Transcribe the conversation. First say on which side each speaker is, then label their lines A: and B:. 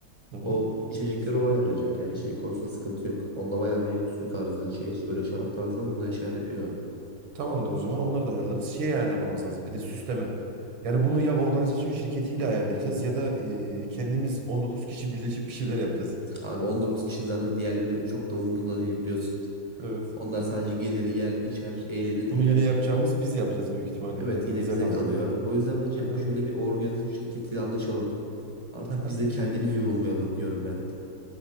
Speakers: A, on the right; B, on the right.
A: Hı hı.
B: O içecekleri o ayarlayacak. Yani içecek konusunda sıkıntı yok. Onda bayağı meyve suyu tarzı şey böyle şarap tarzı falan güzel şeyler yapıyor.
A: Tamamdır o zaman. Onları da ayarlarız. Şey ayarlamamız lazım. Bir de süsleme. Yani bunu ya organizasyon şirketiyle ayarlayacağız ya da e, kendimiz 19 kişi birleşip bir şeyler yapacağız.
B: Abi 19 kişinin zaten diğerleri çok da umurunda değil biliyorsun.
A: Evet.
B: Onlar
A: Yani
B: sadece gelir yer içer eğlenir gider.
A: Bunu yine yapacağımız biz yapacağız büyük ihtimalle
B: Evet
A: yine.
B: yine
A: Bize
B: bizde
A: kaldı.
B: kalıyor. O yüzden bence
A: Hı hı,
B: şöyle bir organizasyon şirketiyle anlaşalım. Artık
A: hı hı.
B: biz de kendimiz yorulmayalım diyorum ben.